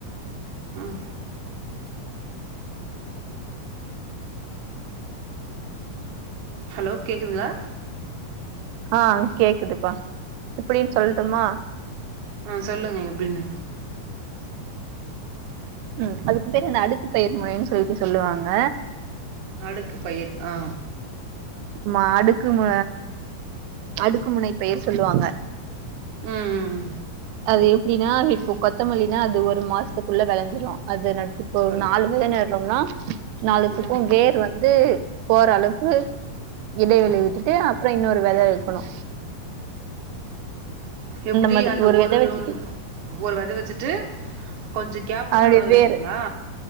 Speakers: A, on the right; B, on the right.
A: ம் ஹலோ கேட்குதுங்ளா
B: ஆ கேக்குதுப்பா எப்டின்னு சொல்ட்டுமா
A: ஆ சொல்லுங்க எப்டின்னு
B: <inaudible> ம் அதுக்கு பேரு அந்த அடுக்கு பயிர் முனைனு சொல்லிட்டு சொல்லுவாங்க
A: அடுக்கு பயிர் ஆ
B: மா அடுக்கு ம அடுக்குமுனை பயிர் சொல்லுவாங்க
A: ம் ம்
B: அது எப்டின்னா இப்ப கொத்தமல்லினா அது ஒரு மாசத்துக்குள்ள விளஞ்சிரு அது இப்ப
A: சொல்லு
B: நாலு பேர் நடுறோம்னா நாலுத்துக்கு
A: ம்
B: வேர் வந்து போற அளவுக்கு இடைவெளி
A: ம்
B: விட்டுட்டு அப்ற இன்னொரு விதை
A: வெயிட்
B: வைக்கணு
A: எப்டி
B: மாதிரி
A: அந்த ஒரு
B: வெத வச்சுட்டு
A: ஒரு வித வச்சுட்டு கொஞ்சொ கேப் விட்டுட்டு
B: அதனுடைய
A: இன்னொனு
B: வேர்
A: வைக்கணுங்ளா